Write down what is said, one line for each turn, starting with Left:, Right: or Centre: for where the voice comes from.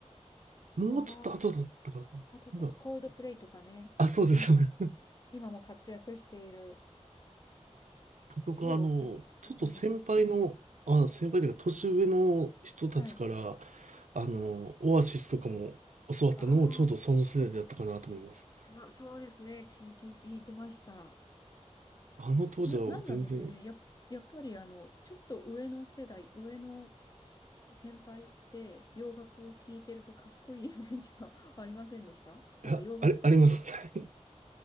Right: もうちょっと後だったかな。
Left: 長い。あとか、
Right: なんか、
Left: コールドプレイとかね。
Right: あ、そうです。
Left: 今、
Right: そう
Left: 今も活躍している。
Right: 僕はあの、
Left: すごい大きいですよね。
Right: ちょっと先輩の、
Left: うん。
Right: あ、先輩というか年上の人たちから、
Left: はい。
Right: あの、オアシスとかも教わったのもちょうどその世代だったかなと思います。
Left: あーあ、そうですね。聞い、聞い聞いてました。
Right: あの当時は全然、
Left: な、なんなんでしょうね。
Right: い
Left: や、やっぱりあの、ちょっと上の世代、上の先輩って洋楽聴いてるとかっこいい <laughs> イメージが <laughs> ありませんでしたなんか洋楽か、
Right: や、あれ、あります。<laughs>